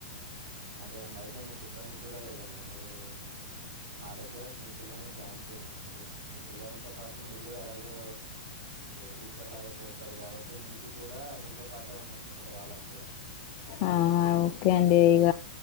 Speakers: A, on the right; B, on the left.
A: అదే అండి అయితే మీకు ఇబ్బంది కూడా లేదండి మీరు మా దగ్గర మీ పిల్లల్ని జాయిన్ చేయించండి మీ పిల్లలతో పాటు మీరు కూడా ఎలాగో టీచర్ లాగా చేస్తారు కాబట్టి మీకు కూడా మీతో పాటే ఉన్నట్టు ఉంటది వాళ్ళకు కూడా
B: హా ఓకే అండి ఇగ